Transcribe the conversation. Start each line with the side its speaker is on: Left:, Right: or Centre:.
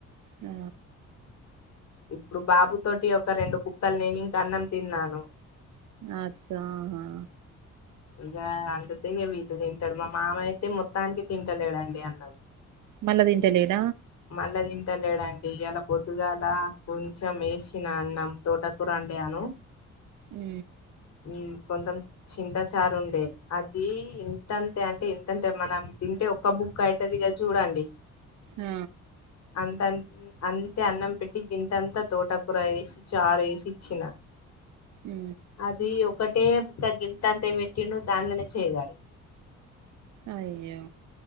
Right: ఆ
Left: ఇప్పుడు బాబు తోటి ఒక రెండు బుక్కలు నేను ఇంకా అన్నం తిన్నాను
Right: అచ్చా ఆ
Left: గా అంత తీగ వీళ్ళు తింటాడు మా మామ అయితే మొత్తానికి తింటలేడండి అన్నం
Right: మళ్ళా తింటలేడ
Left: మళ్ళా తింటలేడండి ఇలా పొద్దుగాల కొంచెం వేసిన అన్నం తోట కూరండాను
Right: ఉ
Left: ఉ కొంతం చింత చారు ఉండే అది ఇంతంతే అంటే ఇంతంటే మనం తింటే ఒక్క బుక్ అయితది గదా చూడండి
Right: ఆ
Left: అంతన్ అంతే అన్నం పెట్టి గింతంతా తోట కూర వేసి చారు వేసి ఇచ్చిన
Right: ఉ
Left: అది ఒకటే ఇకా గింత అంతే పెట్టిండు దానిలోనే చేయాలి
Right: అయ్యో